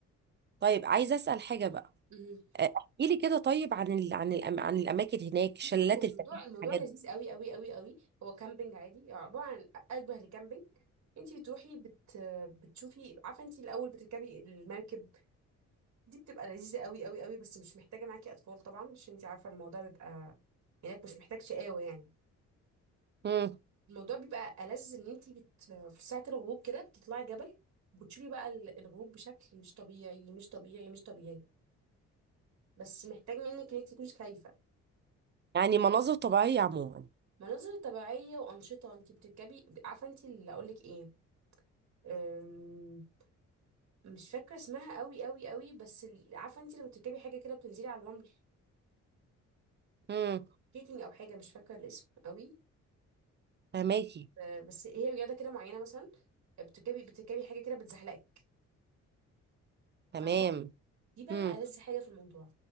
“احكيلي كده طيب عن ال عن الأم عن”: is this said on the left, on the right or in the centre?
Right